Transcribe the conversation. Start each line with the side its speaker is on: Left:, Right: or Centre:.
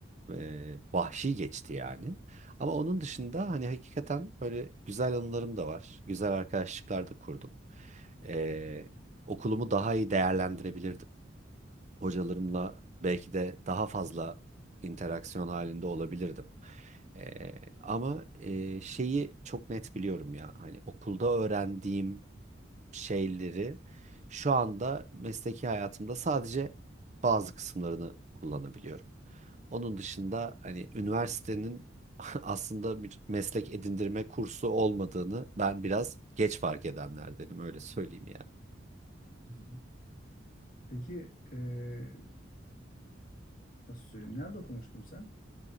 Right: Ee, vahşi geçti yani. Ama onun dışında hani hakikaten böyle güzel anılarım da var. Güzel arkadaşlıklar da kurdum. Ee, okulumu daha iyi değerlendirebilirdim. Hocalarımla belki de daha fazla interaksiyon halinde olabilirdim. Ee, ama e, şeyi çok net biliyorum ya hani okulda öğrendiğim şeyleri şu anda mesleki hayatımda sadece bazı kısımlarını kullanabiliyorum. Onun dışında hani üniversitenin <laughs> aslında bir meslek edindirme kursu olmadığını ben biraz geç fark edenlerdenim öyle söyleyeyim yani.
Left: Hı hı. Peki e, nasıl söyleyeyim? Nerede okumuştun sen?